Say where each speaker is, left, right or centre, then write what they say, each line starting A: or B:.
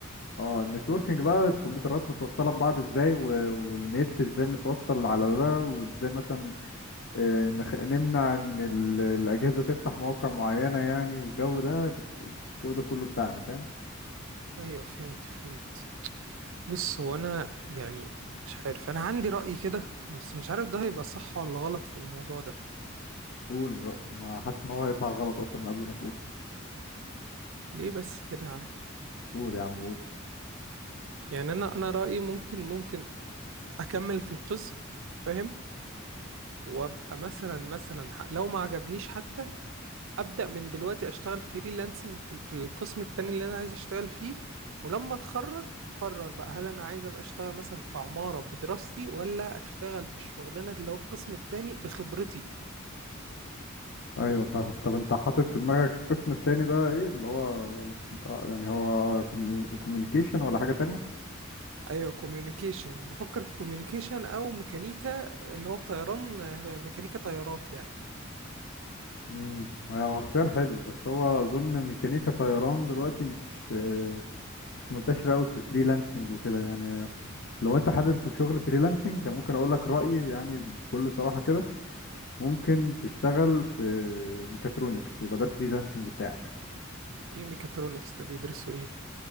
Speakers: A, on the left (about 55°); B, on the right (about 65°).
A: اه النتوركينج بقى الكمبيوترات متوصلة ببعض ازاي و- والنت ازاي متوصل على ده وازاي مثلا آه، نخ- نمنع ان ال- الاجهزه تفتح مواقع معينه يعني والجو ده الجو ده كله بتاعنا فاهم
B: ايوه فهمت فهمت بص هو انا يعني مش عارف انا عندي رأي كده بس مش عارف ده هيبقى صح ولا غلط في الموضوع ده
A: قول رايك انا حاسس ان هو هيطلع غلط اصلا من قبل ما تقول
B: ليه بس كده يا عم
A: قول يا عم قول
B: يعني انا انا رأيي ممكن ممكن اكمل في القسم فاهم وابقى مثلا مثلا ح- لو ما عجبنيش حتى ابدا من دلوقتي اشتغل فريلانسنج في في القسم التاني اللي انا عايز اشتغل فيه ولما اتخرج اقرر بقى هل انا عايز ابقى اشتغل مثلا في عمارة بدراستي ولا اشتغل في الشغلانة اللي هو القسم التاني بخبرتي
A: ايوه فاهمك طب انت حاطط في دماغك القسم التاني ده ايه اللي هو آه يعني هو كوميونيكيشن ولا حاجة تانية
B: ايوه كوميونيكيشن بفكر في كوميونيكيشن او ميكانيكا اللي هو طيران آه، ميكانيكا طيارات يعني
A: امم هو اختيار حلو بس هو اظن ميكانيكا طيران دلوقتي مش آه، مش منتشره قوي في الفريلانسنج وكده يعني لو انت حابب في شغل فريلانسنج ممكن اقول لك رايي يعني بكل صراحه كده ممكن تشتغل في ميكاترونكس يبقى ده الفريلانسنج بتاعك
B: ايه ميكاترونكس ده بيدرسوا ايه